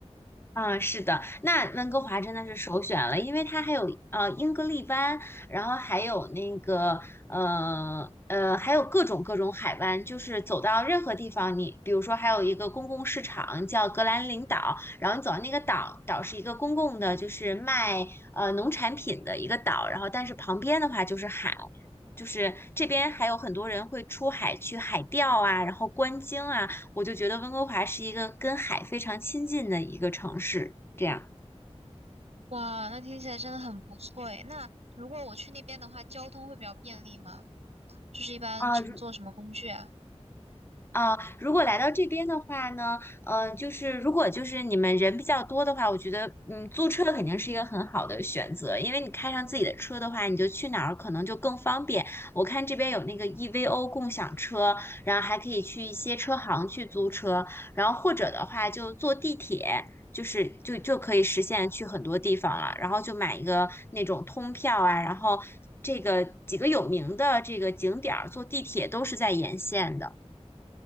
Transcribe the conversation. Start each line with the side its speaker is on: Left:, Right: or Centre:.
Left: 嗯，是的，那温哥华真的是首选了，因为它还有呃英格利湾，然后还有那个呃呃，还有各种各种海湾，就是走到任何地方你，比如说还有一个公共市场叫格兰林岛，然后你走到那个岛，岛是一个公共的，就是卖呃农产品的一个岛，然后但是旁边的话就是海。就是这边还有很多人会出海去海钓啊，然后观鲸啊，我就觉得温哥华是一个跟海非常亲近的一个城市，这样。
Right: 哇，那听起来真的很不错诶。那如果我去那边的话，交通会比较便利吗？就是一般乘坐什么工具啊？
Left: 啊，如啊，如果来到这边的话呢，呃，就是如果就是你们人比较多的话，我觉得，嗯，租车肯定是一个很好的选择，因为你开上自己的车的话，你就去哪儿可能就更方便。我看这边有那个 EVO 共享车，然后还可以去一些车行去租车，然后或者的话就坐地铁。就是就就可以实现去很多地方了，然后就买一个那种通票啊，然后这个几个有名的这个景点儿坐地铁都是在沿线的。